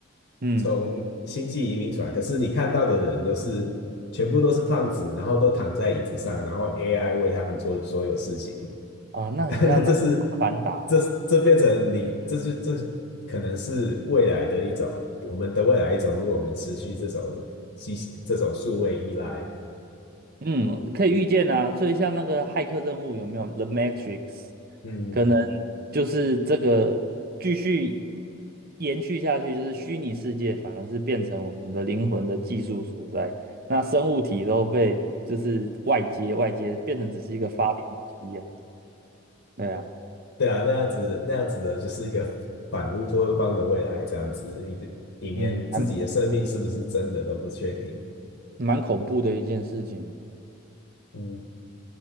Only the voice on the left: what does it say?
从星际移民船，可是你看到的人都是全部都是胖子，然后都躺在椅子上，然后 AI 为他们做所有事情。
<laughs>
那这是这这变成你这是这可能是未来的一种我们的未来一种，如果我们持续这种机这种数位依赖，
嗯嗯，
对啊，那样子那样子的就是一个反乌托邦的未来，这样子你你连自己的生命是不是真的都不确定，
嗯。